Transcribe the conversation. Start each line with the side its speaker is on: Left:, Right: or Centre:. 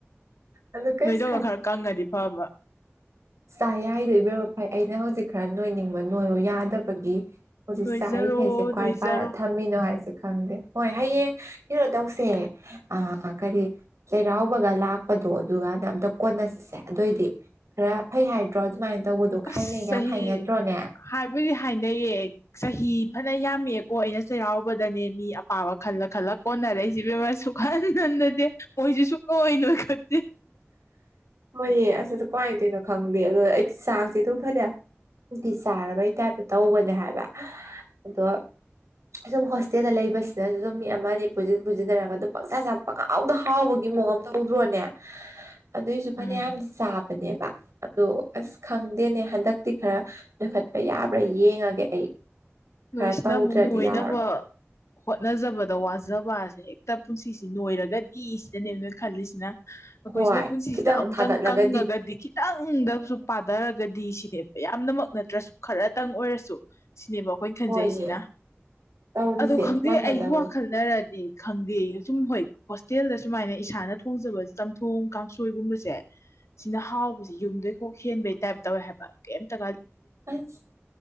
Right: ꯑꯗꯨ ꯀꯩꯁꯨ
Left: ꯅꯣꯏꯗꯧꯅ ꯈꯔ ꯀꯪꯉꯗꯤ ꯐꯕ
Right: ꯆꯥꯏ ꯌꯥ ꯍꯥꯏꯗꯣ ꯏꯕꯦꯝꯃ ꯐꯩ ꯑꯩꯅ ꯍꯧꯖꯤꯛ ꯈꯔ ꯅꯣꯏꯅꯤꯡꯕ ꯅꯣꯏꯌꯣ ꯌꯥꯗꯕꯒꯤ ꯍꯧꯖꯤꯛ
Left: ꯅꯣꯏꯖꯔꯣ
Right: ꯆꯥꯔꯤꯈꯩꯁꯦ ꯀ꯭ꯋꯥꯏ
Left: ꯅꯣꯏꯖꯔꯣ
Right: ꯄꯥꯏ ꯊꯝꯃꯤꯅꯣ ꯍꯥꯏꯁꯦ ꯈꯪꯗꯦ ꯍꯣꯏ ꯍꯌꯦꯡ ꯍꯤꯔꯣꯗꯧꯁꯦ ꯑꯥ ꯀꯔꯤ ꯆꯩꯔꯥꯎꯕꯒ ꯂꯥꯛ ꯄꯗꯣ ꯑꯗꯨ ꯑꯗꯨꯒꯥꯟ ꯑꯝꯇ ꯀꯣꯟꯅꯁꯤꯁꯦ ꯑꯗꯨꯑꯣꯏꯗꯤ ꯈꯔ ꯐꯩ ꯍꯥꯏꯗ꯭ꯔꯣ ꯑꯗꯨꯃꯥꯏꯅ ꯇꯧꯕꯗꯣ ꯈꯥꯏꯅꯩꯒ
Left: ꯑꯁ ꯆꯍꯤ
Right: ꯌꯥꯝ ꯍꯥꯏꯅꯗ꯭ꯔꯣꯅꯦ
Left: ꯍꯥꯏꯕꯗꯤ ꯍꯥꯏꯅꯩꯌꯦ ꯆꯍꯤ ꯐꯅ ꯅ ꯌꯥꯝꯃꯦꯑꯦꯀꯣ ꯑꯩꯅ ꯆꯩꯔꯥꯎꯕꯗꯅꯦ ꯃꯤ ꯑꯄꯥꯕ ꯈꯜꯂ ꯈꯜꯂ ꯀꯣꯟꯅꯔꯛꯏꯁꯦ ꯕꯦꯝꯃ ꯁꯨ ꯍꯟ ꯍꯟꯗꯗꯦ ꯃꯣꯏꯁꯨ ꯁꯨꯛꯅꯣ ꯅꯣꯏ ꯈꯠꯇꯦ
Right: ꯍꯣꯏꯌꯦ ꯑꯁ ꯑꯗꯨ ꯀꯃꯥꯏꯅ ꯇꯧꯔꯤꯅꯣ ꯈꯪꯗꯦ ꯑꯗꯣ ꯑꯩꯗꯤ ꯆꯥꯡꯁꯦ ꯑꯗꯨꯝ ꯐꯅꯌꯥꯝ ꯆꯥꯔꯕꯩ ꯇꯥꯏꯞꯇ ꯇꯧꯕꯅꯦ ꯍꯥꯏꯕ ꯑꯗꯣ ꯁꯨꯝ ꯍꯣꯁꯇꯦꯜꯗ ꯂꯩꯕꯁꯤꯗꯁꯨ ꯑꯗꯨꯝ ꯃꯤ ꯑꯃꯅꯤ ꯄꯨꯖꯤꯟ ꯄꯨꯖꯤꯟꯅꯔꯒ ꯑꯗꯨꯝ ꯄꯪꯆꯥ ꯆꯥꯕ ꯄꯪꯍꯥꯎꯗ ꯍꯥꯎꯕꯒꯤ ꯃꯑꯣꯡ ꯑꯝ ꯇꯧꯗ꯭ꯔꯣꯅꯦ ꯑꯗꯨꯢ ꯐꯅꯌꯥꯝꯗꯤ
Left: ꯎꯝ
Right: ꯆꯥꯕꯅꯦꯕ ꯑꯗꯣ ꯑꯁ ꯈꯪꯗꯦꯅꯦ ꯍꯟꯗꯛ ꯇꯤ ꯈꯔ ꯅꯣꯢꯈꯠꯄ ꯌꯥꯕ꯭ꯔꯥ ꯌꯦꯡꯉꯒꯦ ꯑꯩ
Left: ꯅꯣꯏꯁꯤꯅ
Right: ꯈꯔ ꯇꯧꯗ꯭ꯔꯗꯤ
Left: ꯑꯃꯨꯛ ꯅꯣꯏꯅꯕ
Right: ꯌꯥꯔꯣꯏ
Left: ꯍꯣꯠꯅꯖꯕꯗ ꯋꯥꯖꯕꯁꯦ ꯍꯦꯛꯇ ꯄꯨꯟꯁꯤꯁꯤ ꯅꯣꯏꯔꯒꯗꯤ ꯁꯤꯗꯅꯦꯕ ꯅꯣꯏ ꯈꯜꯂꯤꯁꯤꯅ ꯑꯈꯣꯏꯁꯤꯅ
Right: ꯍꯣꯏ
Left: ꯄꯨꯟꯁꯤꯁꯤꯗ
Right: ꯈꯤꯇꯪ
Left: ꯑꯃꯨꯛꯇꯪ
Right: ꯊꯥꯒꯠꯂꯒꯗꯤ
Left: ꯀꯪꯉꯒꯗꯤ ꯈꯤꯇꯪꯗꯁꯨ ꯄꯥꯗꯔꯒꯗꯤ ꯁꯤꯅꯦ ꯌꯥꯝꯅꯃꯛ ꯅꯠꯇ꯭ꯔꯁꯨ ꯈꯔꯇꯪ ꯑꯣꯏꯔꯁꯨ ꯁꯤꯅꯦꯕ ꯑꯩꯈꯣꯏꯅ ꯈꯟꯖꯩꯁꯤꯅ
Right: ꯍꯣꯏꯅꯦ ꯇꯧꯔꯤꯁꯦ
Left: ꯑꯗꯣ ꯈꯪꯗꯦ
Right: ꯃꯥꯟꯅꯗꯕꯅꯤ
Left: ꯑꯩꯒꯤ ꯋꯥꯈꯜꯅꯔꯗꯤ ꯈꯪꯗꯦ ꯁꯨꯝ ꯍꯣꯏ ꯍꯣꯁꯇꯦꯜꯗ ꯁꯨꯃꯥꯏꯅ ꯏꯁꯥꯅ ꯊꯣꯡꯖꯕ ꯆꯝꯊꯣꯡ ꯀꯥꯡꯁꯣꯏꯒꯨꯝꯕꯁꯦ ꯁꯤꯅ ꯍꯥꯎꯕꯁꯤ ꯌꯨꯝꯗꯩꯈꯣꯛ ꯍꯦꯟꯕꯩ ꯇꯥꯏꯞ ꯇꯧꯋꯦ ꯍꯥꯏꯕ ꯀꯩꯝꯇ
Right: ꯑꯁ